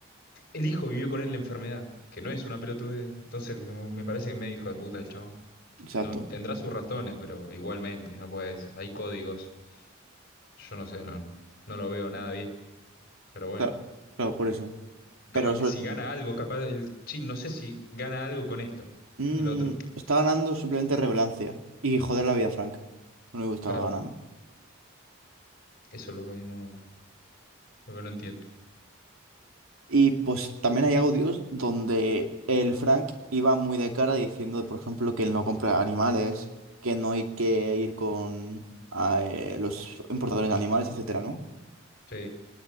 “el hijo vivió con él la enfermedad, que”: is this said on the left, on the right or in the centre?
Left